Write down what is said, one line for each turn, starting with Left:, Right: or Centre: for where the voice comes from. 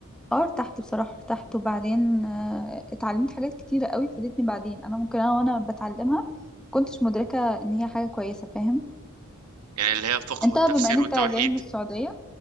Centre: اه ارتحت بصراحة ارتحت وبعدين آه، اتعلمت حاجات كتيرة قوي فادتني بعدين انا ممكن انا وانا بتعلمها مكنتش مدركة ان هي حاجة كويسة فاهم
Right: يعني اللي هي الفقه
Centre: انت
Right: والتفسير
Centre: بما ان انت
Right: والتوحيد
Centre: جاي من السعودية